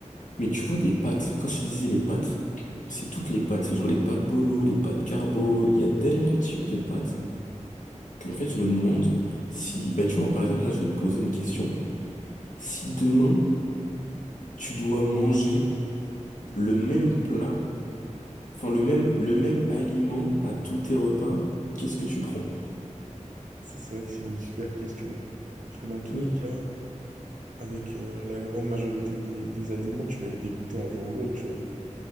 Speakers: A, on the left; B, on the right.
A: Mais tu vois des pâtes. Quand je te disais les pâtes, c'est toutes les pâtes. C'est genre les pâtes bolo, les pâtes carbo. Il y a tellement de types de pâtes
B: vois. Mm.
A: qu'en fait, je me demande si, bah tu vois, par exemple là, je vais te poser une question. Si demain tu dois manger le même plat, enfin le même le même aliment à tous tes repas, qu'est-ce que tu prends?
B: Ça, c'est vrai que c'est une super question. hein. Parce que dans tous
A: Oui.
B: les cas, avec euh, la grande majorité des, des aliments, tu vas être dégoûté un jour ou l'autre, tu vois.